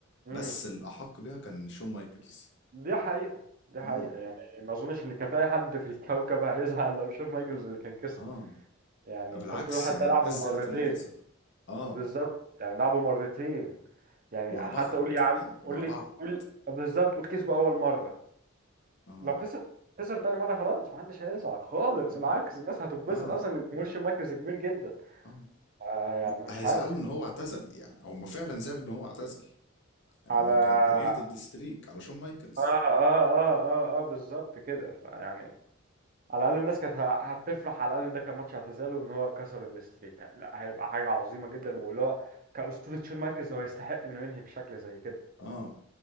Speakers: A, on the right (about 45°); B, on the left (about 60°).
A: امم
B: بس الاحق بيها كان شون مايكلز
A: دي حقيقه دي
B: اه
A: حقيقه يعني ما اظنش ان كان في اي حد في الكوكب هيزعل لو شون مايكلز اللي كان كسب
B: اه
A: يعني
B: بالعكس
A: انت بتقول حتى
B: يعني
A: لعبوا
B: الناس زعلت
A: مرتين
B: ان هو خسر اه
A: بالظبط يعني لعبوا مرتين يعني
B: ورا بعض
A: حتى قول يا عم
B: يعني
A: قول
B: ورا
A: لي
B: بعض
A: قول بالظبط قول كسبوا اول مره
B: اه
A: لو خسر خسر تاني مره خلاص محدش هيزعل خالص
B: اه
A: العكس الناس هتتبسط
B: اه
A: اصلا ان جمهور شون مايكلز كبير جدا
B: اه
A: آه يعني
B: و-
A: مش
B: هيزعلوا
A: عارف
B: ان هو اعتزل يعني هم فعلا زعلوا ان هو اعتزل يعني
A: على
B: هو
A: اه
B: كان كارير ضد ستريك على شون مايكلز
A: اه اه اه اه بالظبط كده فيعني على الاقل الناس كانت ه- هتفرح على الاقل ان ده كان ماتش اعتزاله وان هو كسر الستريك لا هيبقى حاجه عظيمه جدا واللي هو كاسطوره شون مايكلز هو يستحق انه ينهي بشكل زي كده
B: اه